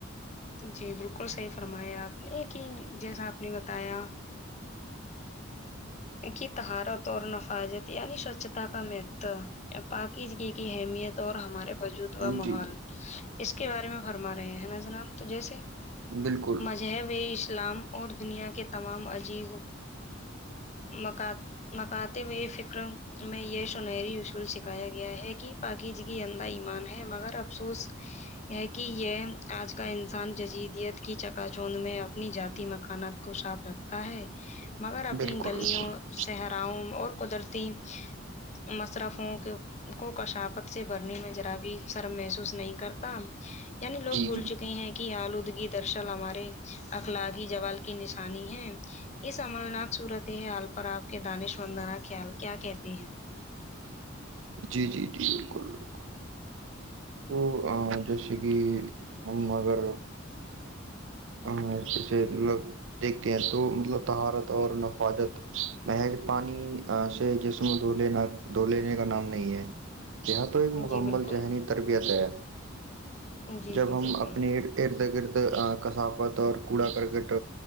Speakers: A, on the left (about 35°); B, on the right (about 70°).
A: جی بالکل صحیح فرمایا آپ نے ایک ہی جیسا آپ نے بتایا کی تہارت اور نفاجت یعنی سوچھتا کا مہتو پاکیزگی کی اہمیت اور ہمارے وجود
B: ہیں
A: و ماحول
B: جی
A: اس کے بارے میں فرما رہے ہیں نا جناب تو جیسے
B: بالکل
A: جو وہ اسلام اور دنیا کے تمام عجیب مک مکاتے ہوئے فکر میں یہ سنری شول س کہایا گیا ہے کہ پااکی جی کی اندا ایمان ہے مگر افسوس یہ کہ یہ آج کا انسان جزیدیت کی چکا چونند میں اپنی جاتی مکانات خشاپ رکھتا ہے مگر اپنی
B: بالکل
A: گلیوں
B: بالکل جی
A: صحراؤوں اور قدرتی ت مسر فون کے کو کشافت سے بھرنے میں ذرا بھی شرم محسوس نہیں کرتا یعنی لوگ بھول
B: جی
A: چکے ہیں کہ آلودگی درشل ہمارے اخلاقی جال کی انی ہے یہ سملناک سورت د آال پر آپ کے دانش وندنا خیال کیا کہتی ہیں
B: جی جی جی بالکل بالکل تو جیسے کہ ہم اگر ہ اا س مطلب دیکھتے ہیں تو مطلب طہارت اور نفاجت محض پانی جسم د لینا د لینے کا نام نہیں ہے یہاں تو ایک مکمل
A: جی بالکل
B: ذہنی تربیت ہے
A: جی
B: جب
A: جی
B: ہم
A: بالکل
B: اپنے ارد گرد کثافت اور کوڑا کرکٹ